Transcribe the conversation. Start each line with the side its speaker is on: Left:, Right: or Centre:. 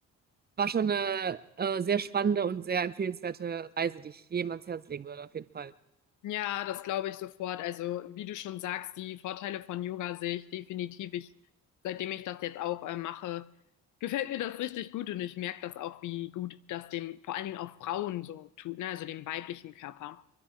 Right: war schon eine äh, sehr spannende und sehr empfehlenswerte Reise, die ich jedem ans Herz legen würde, auf jeden Fall.
Left: Ja, das glaube ich sofort. Also, wie du schon sagst, die Vorteile von Yoga sehe ich definitiv. Ich, seitdem ich das jetzt auch äh, mache, gefällt mir das richtig gut und ich merke das auch, wie gut das dem vor allen Dingen auch Frauen so tut, ne? Also dem weiblichen Körper.